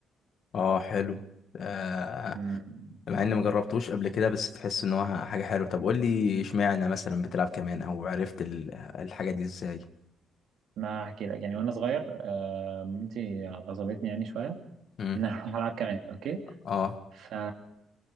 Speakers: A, on the left; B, on the right.
A: اه حلو آه
B: مم.
A: مع اني مجربتوش قبل كده بس تحس ان هو حاجة حلوة طب قول لي اشمعنى مثلا بتلعب كمان او عرفت ال- الحاجة دي ازاي
B: ما هحكي لك يعني وانا صغير آه، مامتي غصبتني يعني شويه
A: امم
B: ان انا <laughs> اروح العب كمان اوكي
A: اه
B: ف